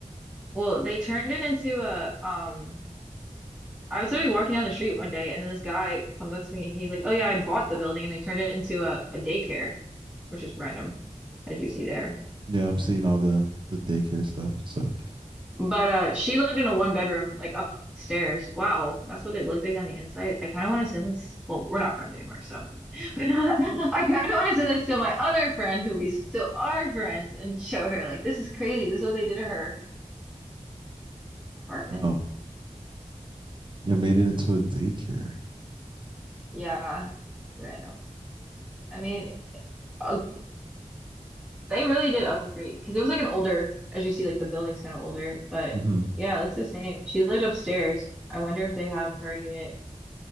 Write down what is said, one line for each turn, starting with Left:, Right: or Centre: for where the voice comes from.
Centre: well, they turned it into a um I was literally walking down the street one day and then this guy comes up to me and he's like, "Oh yeah, I bought the building and they turned it into a, a daycare," which is random as you see there.
Right: Yeah, I'm seeing all the the daycare stuff. So,
Centre: But uh she lived in a one bedroom like upstairs. Wow, that's what they looked like on the inside. I kind of want to send this. Well, we're not friends anymore, so <laughs> but uh, I kind of want to send this to my other friend who we still are friends and show her like this is crazy. This is what they did to her apartment.
Right: oh, yeah, made it into a daycare.
Centre: Yeah, random. I mean, uh, they really did upgrade because it was like an older, as you see, like the building's kind of older, but
Right: hmm
Centre: yeah, it looks the same. She lived upstairs. I wonder if they have her unit